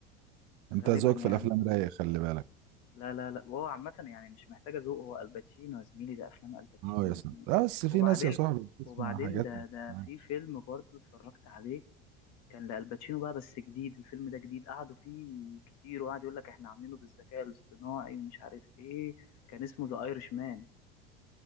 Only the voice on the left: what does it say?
غالبا
يعني
اللي انا
فاكر
لا لا لا وهو عامة يعني مش محتاجة ذوق هو الباتشينو يا زميلي ده افلام الباتشينو
يا
زميلي
وبعدين
وبعدين
ده
ده في فيلم برضه اتفرجت عليه كان لالباتشينو بقى بس جديد الفيلم ده جديد قعدوا فيه كتير وقعد يقول لك احنا عاملينه بالذكاء الاصطناعي ومش عارف ايه كان اسمه ذا ايرش مان